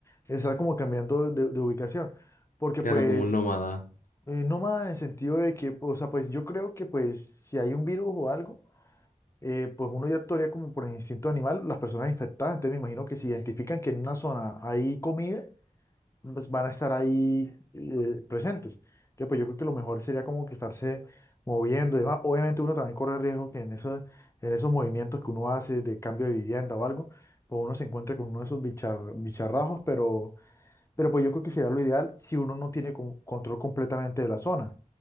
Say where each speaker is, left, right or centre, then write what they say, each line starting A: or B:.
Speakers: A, on the left; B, on the left.
A: estar como cambiando de de ubicación, porque
B: Claro,
A: pues...
B: como un nómada.
A: Eh, no más en el sentido de que, o sea, pues yo creo que pues si hay un virus o algo, eh, pues uno ya actuaría como por el instinto animal, las personas infectadas, entonces me imagino que si identifican que en una zona hay comida, pues van a estar ahí eh, presentes. Entonces, pues yo creo que lo mejor sería como que estarse moviendo y demás. Obviamente uno también corre riesgo que en esos, en esos movimientos que uno hace de cambio de vivienda o algo, pues uno se encuentre con uno de esos bichar- bicharrajos, pero... Pero pues yo creo que sería lo ideal si uno no tiene con- control completamente de la zona,